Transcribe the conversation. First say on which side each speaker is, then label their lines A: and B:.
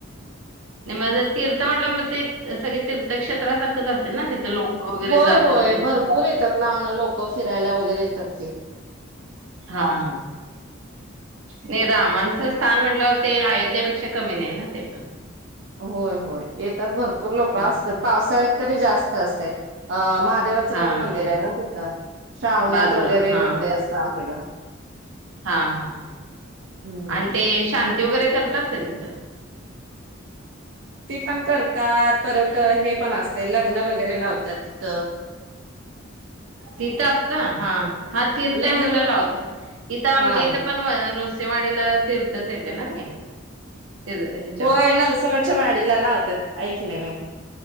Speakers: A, on the right (about 80°); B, on the right (about 60°).
A: नाही म तीर्थ म्हटलं मग ते सग तीर्थक्षेत्रासारखंच असे ना तिथं लोक. वगैरे
B: होय
A: जात
B: होय
A: असतील
B: भरपूर येतात लांबन लोक फिरायला वगैरे येतात की
A: हा हा. नाही रामांचं स्थान म्हटल्यावर ते अयोध्यापेक्षा कमी नाही ना ते पण
B: होय होय येतात भरपूर लोक
A: हा
B: असतात पावसाळ्यात तरी जास्त असत अ म देवाचं
A: हा
B: पण मंदिर
A: हा
B: आहे ना तिथं श्रावनाथ
A: बाजूला
B: वगैरे
A: हा
B: गर्दी असत तिकडं.
A: हा हा
B: हम्म
A: आणि ते शांती वगैरे करतात का तिथं?
B: ती पण करतात परत हे पण असतं लग्न वगैरे लावतात तिथं.
A: तिथं असत हा. हा तीर्थय
B: लग्न
A: म्हटल्यवर
B: पण
A: लावतात इथं आमच्या
B: हा
A: इथं पण न नळसेवाडीला तीथच येते ना ते. ते <unintelligible>
B: होय नरसोबाच्या वाडीला लावतात ऐकले मी.